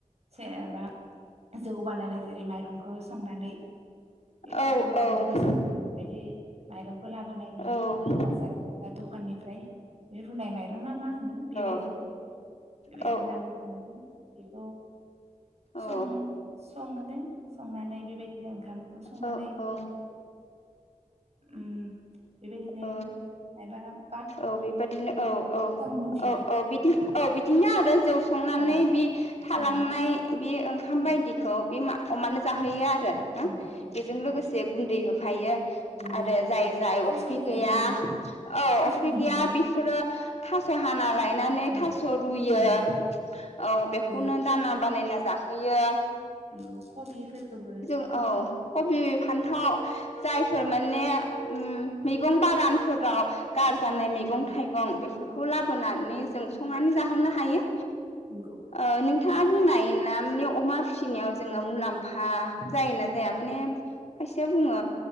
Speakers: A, on the right; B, on the left.
A: सेरहाबा जौ बानायनाय जेरै माइरंखौ संनानै बेबायदिनो
B: औ औ
A: नुगासिनो दङ बेबायदि माइरंखौ लाबोनाय नुयो
B: औ
A: बा बाजारनिफ्राय बा दखाननिफ्राय बे रुनाय माइरं <unintelligible> ना मा होनो बेबायदिनो
B: औ
A: बेबायदिनो
B: औ
A: लाबोनाय <unintelligible> सङो
B: औ
A: सङोनो संनानै बेबायदिनो ओंखामखौ संनानै
B: औ
A: उम बेबायदिनै
B: औ
A: <unintelligible>
B: औ बेबादिनो औ औ
A: मिथिया
B: औ औ बिदि औ बि दिनो आरो जौ संनानै
A: औ
B: बि थालांनाय
A: बिदिनो
B: बे ओं खाम
A: औ
B: बायदिखौ बे मा अमानो जाहोयो आ रो हो
A: नंगौ औ
B: बेजों लोगोसे
A: औ
B: गुन्दै हो थायो
A: गुन्दैनिफ्राय
B: आरो जाय जाय
A: थास'
B: अफ्रि
A: बोनायखौ
B: गैया
A: नुयो
B: औ।
A: थास'
B: बे
A: होनाय
B: गैया
A: नुयो
B: बेफोरो थास' हाना लायनानै
A: औ
B: थास' रुयो
A: रुनानै
B: औ बेखौनो
A: बे कबि
B: दाना बानायना जाहो होयो।
A: नंगौ कबिफोरखौबो
B: औ
A: <inaudible>
B: कबि फान्थाव जायफोर माने उम मैगं बागानफोराव गार जानाय मैगं
A: औ
B: थाइगं बेफो फोरखौ लाबोनानै जों संनानै जाहोनो हायो।
A: नंगौ
B: ओ नोंथाङा बुंनाय नामनि अमा फिसिनायाव जोङो मुलाम्फा जायोना जाया माने खायसेया बुङो